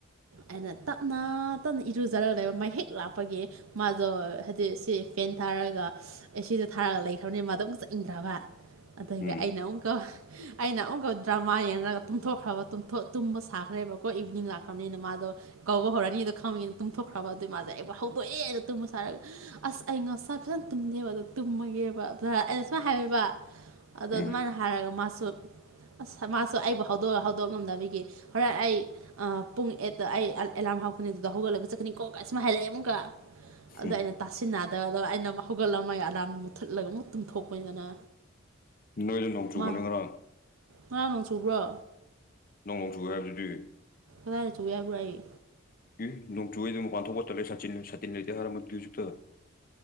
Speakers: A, on the right; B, on the left.
A: ꯑꯩꯅ ꯇꯞꯅ ꯇꯞꯅ ꯏꯔꯨꯖꯔꯒ ꯂꯩꯕ ꯃꯍ ꯍꯦꯛ ꯂꯥꯛꯄꯒꯤ ꯃꯥꯗꯣ ꯍꯥꯏꯗꯤ ꯁꯤ ꯐꯦꯟ ꯊꯥꯔꯒ ꯑꯦ ꯁꯤꯗꯣ ꯊꯥꯔꯒ ꯂꯩꯈ꯭ꯔꯕꯅꯦ ꯃꯥꯗꯣ ꯑꯃꯨꯛꯀ ꯆꯠꯅꯤꯡꯗ꯭ꯔꯕ ꯑꯗꯒꯤ
B: ꯎꯝ
A: ꯑꯩꯅ ꯑꯃꯨꯛꯀꯣ ꯑꯩꯅ ꯑꯃꯨꯛꯀ ꯗ꯭ꯔꯃꯥ ꯌꯦꯡꯔꯒ ꯇꯨꯝꯊꯣꯛꯈ꯭ꯔꯕ ꯇꯨꯝꯊꯣꯛ ꯇꯨꯝꯕ ꯁꯥꯈ꯭ꯔꯦꯕꯀꯣ ꯏꯚꯅꯤꯡ ꯂꯥꯛꯈ꯭ꯔꯕꯅꯤꯅ ꯃꯥꯗꯣ ꯀꯧꯕ ꯍꯧꯔꯅꯤ ꯑꯗꯣ ꯈꯪꯉꯤ ꯇꯨꯝꯊꯣꯛꯈ꯭ꯔꯕ ꯑꯗꯨꯏ ꯃꯥꯖꯦ ꯑꯩꯕꯨ ꯍꯧꯗꯣꯛꯑꯦ ꯅ ꯇꯨꯝꯕ ꯁꯥꯔꯒ ꯑꯁ ꯑꯩ ꯉꯛ ꯁꯥꯖꯦꯜ ꯇꯨꯝꯅꯦꯕ ꯑꯗꯣ ꯇꯨꯝꯃꯒꯦꯕ ꯑꯗ ꯑꯩꯅ ꯁꯨꯃꯥꯏꯅ ꯍꯥꯏꯕ ꯑꯗꯣ
B: ꯎꯝ
A: ꯑꯗꯨꯃꯥꯏꯅ ꯍꯥꯏꯔꯒ ꯃꯥ ꯇꯨꯠ ꯑꯁ ꯃꯥꯁꯨ ꯑꯩꯕꯨ ꯍꯧꯗꯣꯛ ꯍꯧꯗꯣꯛ ꯉꯝꯗꯕꯒꯤ ꯍꯣꯔꯦꯟ ꯑꯩ ꯑꯥ ꯄꯨꯡ ꯑꯦꯠꯇ ꯑꯩ ꯑꯦ ꯑꯦꯂꯥꯝ ꯍꯧꯒꯠꯀꯅꯤ ꯑꯗꯨꯗ ꯍꯧꯒꯠꯂꯒ ꯆꯠꯀꯅꯤꯀꯣ ꯀꯥꯏ ꯁꯨꯃꯥꯏ ꯍꯥꯏꯔꯛꯑꯦ ꯑꯃꯨꯛꯀ ꯑꯗꯨꯗ
B: ꯎꯝ
A: ꯑꯩꯅ ꯇꯥꯁꯤꯟꯅꯗꯕꯗ ꯑꯩꯅ ꯑꯃꯨꯛ ꯍꯧꯒꯠꯂ ꯃꯥꯒꯤ ꯑꯂꯥꯝ ꯃꯨꯠꯊꯠꯂꯒ ꯑꯃꯨꯛ ꯇꯨꯝꯊꯣꯛꯄꯅꯤꯗꯅ
B: ꯅꯣꯏꯅ ꯅꯣꯡ ꯆꯨꯒꯅꯤꯀꯣ
A: ꯃꯥ ꯉꯔꯥꯡ ꯅꯣꯡ ꯆꯨꯕ꯭ꯔꯣ
B: ꯅꯣꯡ ꯆꯨꯢꯌꯦ ꯍꯥꯏꯕꯗꯨꯗꯤ
A: ꯀꯥꯗꯥꯢꯗ ꯆꯨꯢꯌꯦ ꯍꯥꯢꯕꯥ꯭ꯔꯣ ꯑꯩ
B: ꯏ ꯅꯣꯡꯆꯨꯑꯦꯗꯤ ꯃꯄꯥꯟ ꯊꯣꯛꯄ ꯇꯜꯂꯦ ꯁꯇꯤꯟ ꯁꯇꯤꯟ ꯂꯩꯇꯦ ꯍꯥꯏꯔꯝꯕꯗꯨꯗꯤ ꯍꯧꯖꯤꯛꯇ